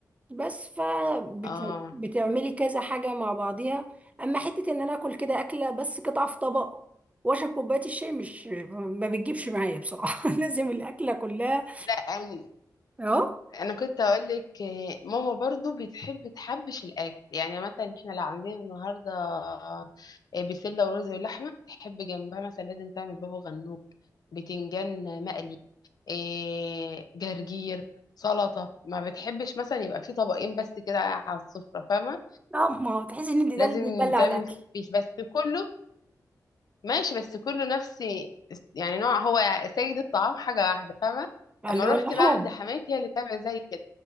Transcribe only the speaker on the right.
بس فبتعملي
كذا حاجة مع بعضيها اما حتة ان انا اكل كده اكلة بس قطعة في طبق واشرب كوباية الشاي مش ما بتجيبش معايا بصراحة <laughs> لازم الاكلة كلها
اه
اه ما هو تحس ان
ده اللي بيبلع
الاكل
اللي
هو اللحوم